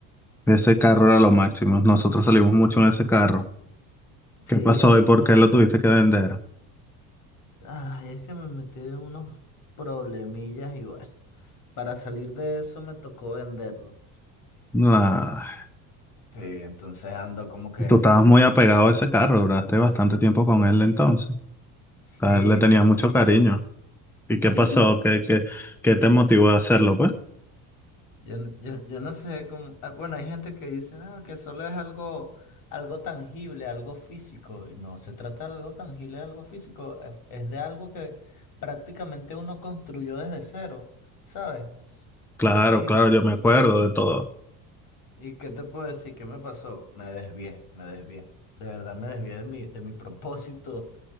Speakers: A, in the centre; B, on the left.
A: Ese carro era lo máximo. Nosotros salimos mucho en ese carro.
B: Sí,
A: ¿Qué pasó
B: ese...
A: y por qué lo tuviste que vender?
B: Ay, es que me metí en unos problemillas y bueno, para salir de eso me tocó venderlo.
A: Ay,
B: Sí, entonces ando como que
A: tú estabas
B: con...
A: muy apegado a ese carro. Duraste bastante tiempo con él entonces.
B: Sí,
A: Ah, Le tenías
B: sí.
A: mucho cariño. ¿Y
B: Sí,
A: qué pasó? ¿Qué, qué, qué te motivó a hacerlo, pues?
B: Yo, n- yo, yo no sé cómo. ah, Bueno, hay gente que dice, no, que solo es algo, algo tangible, algo físico. Y no, se trata de algo tangible, de algo físico. Es, es de algo que prácticamente uno construyó desde cero, ¿sabes?
A: Claro,
B: ¿Y,
A: claro, yo me acuerdo de todo.
B: y qué te puedo decir? ¿Qué me pasó? Me desvié, me desvié. De verdad me desvié de mi, de mi propósito.